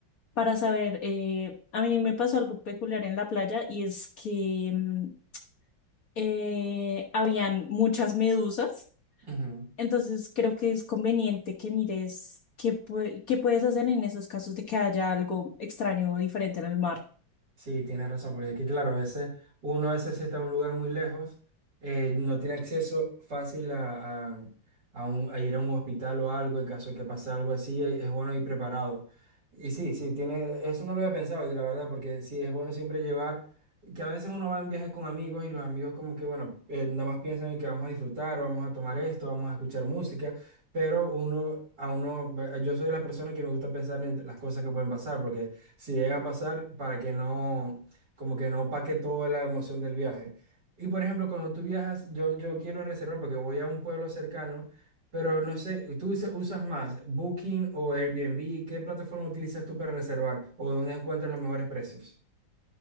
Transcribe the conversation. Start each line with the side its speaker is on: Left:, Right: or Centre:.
Left: para saber, eh, a mí me pasó algo peculiar en la playa y es que mm, eh, habían muchas medusas,
Right: ujú.
Left: entonces creo que es conveniente que mires qué, pue- qué puedes hacer en esos casos de que haya algo extraño o diferente en el mar.
Right: Sí, tienes razón, porque es que claro, a veces uno a veces sí está en un lugar muy lejos, eh, no tiene acceso fácil a, a- a un- a ir a un hospital o algo en caso de que pase algo así, e- es bueno ir preparado. Y sí, sí, tiene, eso no lo había pensado, la verdad, porque sí, es bueno siempre llevar, que a veces uno va en viaje con amigos y los amigos como que, bueno, eh, nada más piensan en que vamos a disfrutar, vamos a tomar esto, vamos a escuchar música, pero uno, a uno, yo soy de las personas que me gusta pensar en las cosas que pueden pasar, porque si llega a pasar para que no, como que no paque toda la emoción del viaje. Y por ejemplo, cuando tú viajas, yo, yo quiero reservar porque voy a un pueblo cercano, pero no sé, ¿tú usa- usas más Booking o Airbnb? ¿Qué plataforma utilizas tú para reservar o dónde encuentras los mejores precios?